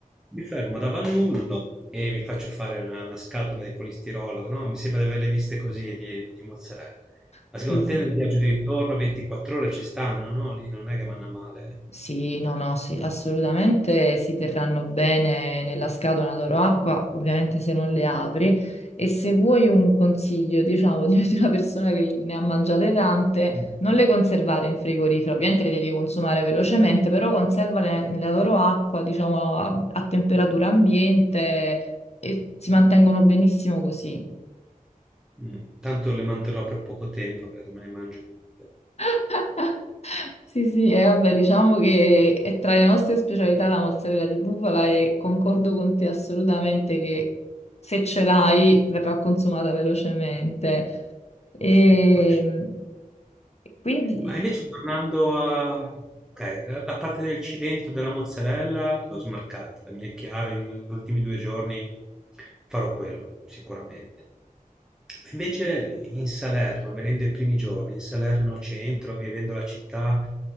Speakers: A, in the centre; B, on the left.
A: Mi fermo da Vannullo e mi faccio fare una, una scatola di polistirolo, no? Mi sembra di averle viste così di, di mozzarella. Ma
B: Sì,
A: secondo
B: sì.
A: te nel viaggio di ritorno 24 ore ci stanno, no? Lì non è che vanno a male. eh?
B: Sì, no, no, sì, assolutamente si terranno bene nella scatola la loro acqua, ovviamente se non le apri. E se vuoi un consiglio, diciamo, <laughs> di di una persona che ne ha mangiate tante,
A: Mm.
B: non le conservare in frigorifero, ovviamente le devi consumare velocemente, però conservale nella loro acqua, diciamo, a, a temperatura ambiente e si mantengono benissimo così.
A: Mm. Tanto le manterrò per poco tempo perché me ne mangio. tutte.
B: <laughs> Sì, sì, e vabbè, diciamo che è tra le nostre specialità la mozzarella di bufala e concordo con te assolutamente che se ce l'hai verrà consumata velocemente. E
A: Sì, sì, la faccio.
B: quindi...
A: Ma invece tornando a... ok, la la parte del cilento della mozzarella l'ho smarcata, mi è chiaro, gli ultimi due giorni farò quello, sicuramente. Ma Invece in Salerno, venendo i primi giorni, in Salerno centro, vivendo la città,